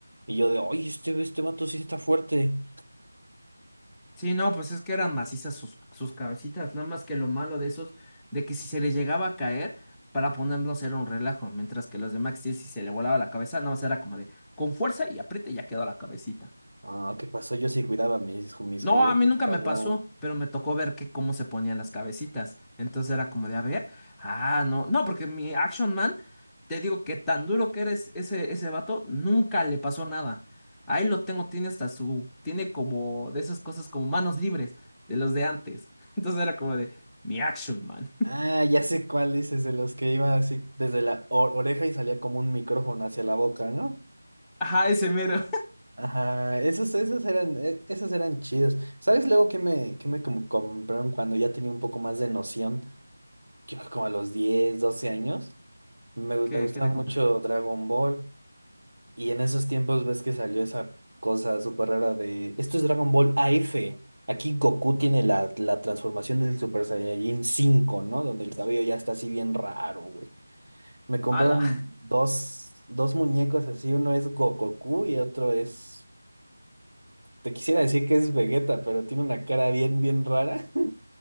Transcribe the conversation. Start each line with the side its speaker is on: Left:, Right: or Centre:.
Right: Y yo de, oye, este, este vato sí está fuerte.
Centre: Sí, no, pues es que eran macizas sus, sus cabecitas. Nada más que lo malo de esos, de que si se les llegaba a caer, para ponerlos era un relajo. Mientras que los de Max Steel, si se le volaba la cabeza, nada más era como de con fuerza y apriete y ya quedó la cabecita.
Right: Ah, ¿qué pasó? Yo sí cuidaba mis, ju- mis
Centre: No,
Right: juguetes,
Centre: a mí nunca
Right: chavo.
Centre: me pasó, pero me tocó ver que cómo se ponían las cabecitas. Entonces era como de, a ver, ah, no, no, porque mi Action Man, te digo que tan duro que eres ese, ese vato, nunca le pasó nada. Ahí lo tengo, tiene hasta su, tiene como de esas cosas como manos libres, de los de antes. <laughs> Entonces era como de, mi Action Man. <laughs>
Right: Ah, ya sé cuál dices, de los que iba así desde la o- oreja y salía como un micrófono hacia la boca, ¿no?
Centre: Ajá, ese mero.
Right: Ajá, esos, esos eran, e- esos eran chidos. ¿Sabes luego que me, que me como compraron cuando ya tenía un poco más de noción? Yo como a los 10 12 años.
Centre: <laughs>
Right: Me, gu-
Centre: ¿Qué,
Right: me gustaba
Centre: qué te compraron?
Right: mucho Dragon Ball. Y en esos tiempos ves que salió esa cosa súper rara de, esto es Dragon Ball AF. Aquí Goku tiene la, la transformación del Super Saiyajin cinco ¿no? Donde el cabello ya está así bien raro, güey. Me compraron
Centre: Ala.
Right: dos, dos muñecos así, uno es Goku y otro es, te quisiera decir que es Vegeta, pero tiene una cara bien, bien rara. <laughs>